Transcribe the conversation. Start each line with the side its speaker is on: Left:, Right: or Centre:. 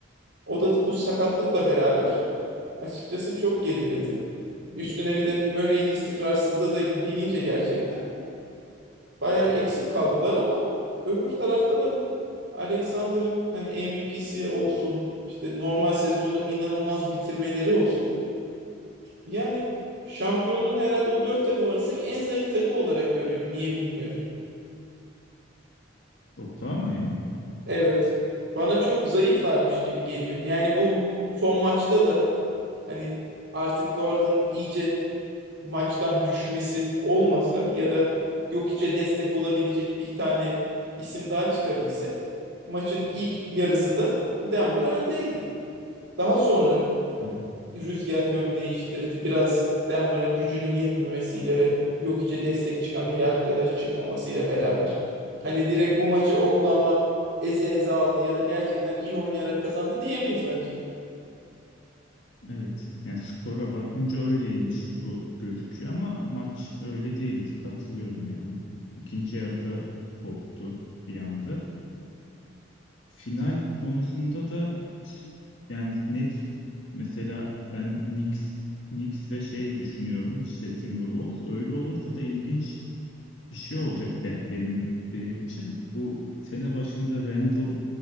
Right: O da bu sakatlıkla beraber açıkçası çok geriledi. Üstüne bir de Murray'in istikrarsızlığı da binince gerçekten bayağı eksik kaldılar ama öbür tarafta da Alexander'ın hani MVP'si olsun işte normal sezonu inanılmaz bitirmeleri olsun. Yani şampiyonluğun herhalde o dört takım arasındaki en zayıf takım olarak görüyorum. Niye bilmiyorum.
Left: Oklahoma'yı mı?
Right: Evet. Bana çok zayıflarmış gibi geliyor. Yani bu son maçta da hani artık Gordon iyice maçtan düşmesi olmasa ya da Jokic'e destek olabilecek bir tane isim daha çıkabilse maçın ilk yarısında Denver öndeydi. Daha sonra
Left: Evet,
Right: rüzgar yön değiştirdi. Biraz Denver'ın gücünün yetmemesiyle ve Jokic'e destek çıkan bir arkadaş çıkmamasıyla beraber. Hani direkt bu maçı Oklahoma eze eze aldı ya da gerçekten iyi oynayarak kazandı diyemeyiz bence.
Left: evet. Yani skora bakınca öyleymiş gibi gözüküyor ama maç öyle değildi. Katılıyorum yani. İkinci yarıda koptu bir anda. Final konusunda da s- yani net mesela ben Knicks Knicks ve şey düşünüyorum işte Timberwolves öyle olursa da ilginç bir şey olacak be- benim benim için bu sene başında Randall